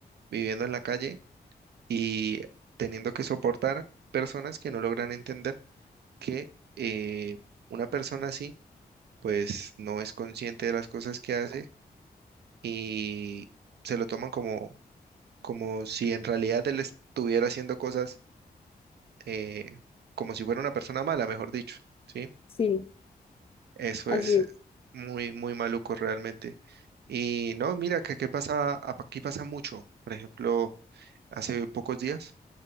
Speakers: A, on the right (about 75°); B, on the left (about 35°).
A: viviendo en la calle y teniendo que soportar personas que no logran entender que eh, una persona así pues no es consciente de las cosas que hace y se lo toman como, como si en realidad él estuviera haciendo cosas eh, como si fuera una persona mala, mejor dicho, ¿sí?
B: Sí,
A: Eso
B: así
A: es eh,
B: es.
A: muy, muy maluco realmente. Y no, mira, que aquí pasa, aquí pasa mucho. Por ejemplo, hace pocos días